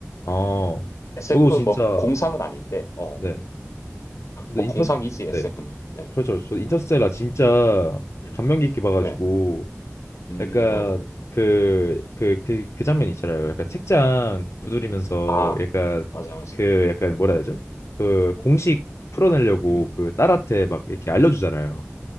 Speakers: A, on the left (about 70°); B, on the left (about 90°).
A: 아,
B: SF
A: 저도 진짜
B: 뭐 공상은 아닌데 어
A: 네. 저도
B: 뭐
A: 인터
B: 공상이지
A: 네.
B: SF는 네,
A: 그렇죠. 저 인터스텔라 진짜
B: 음,
A: 감명 깊게 봐가지고
B: 네, 음,
A: 약간
B: 네,
A: 그 그 그 그 장면 있잖아요. 약간 책장 두드리면서
B: 음, 아
A: 약간
B: 맞아 맞아.
A: 그 약간 뭐라 해야 되죠? 그 공식 풀어내려고
B: 음.
A: 그 딸한테 막 이렇게 알려주잖아요.